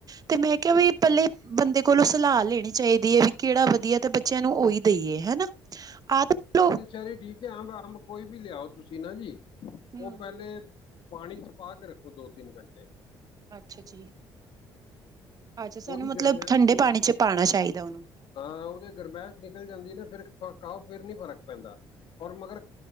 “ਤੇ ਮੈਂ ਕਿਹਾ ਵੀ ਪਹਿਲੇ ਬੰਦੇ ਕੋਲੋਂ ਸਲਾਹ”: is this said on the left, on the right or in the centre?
Right